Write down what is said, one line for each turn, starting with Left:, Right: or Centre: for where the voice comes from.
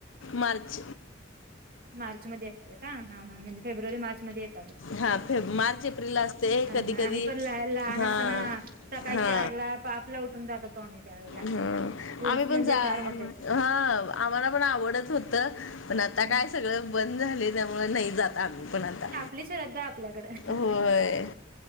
Left: मार्च
Right: मार्च मध्ये असते का हा हां म्हणजे फेब्रुवारी मार्च मध्ये येत आले
Left: हाे मार्च एप्रिल ला असते कधी
Right: हा
Left: कधी
Right: आम्ही पण लहा लहान
Left: हा
Right: असताना सकाळी
Left: हा
Right: चार ला पाचला उठून जात होतो आम्ही त्यावेळेला
Left: ह
Right: उर्स
Left: आम्ही पण
Right: म्हणजे
Left: जा ह
Right: फार मोठे
Left: आम्हाला पण आवड होत पण आता
Right: हम्म
Left: काय सगळं बंद झाले त्यामुळे नाही जात आम्ही पण आता.
Right: आपली श्रद्धा आपल्याकडे
Left: होय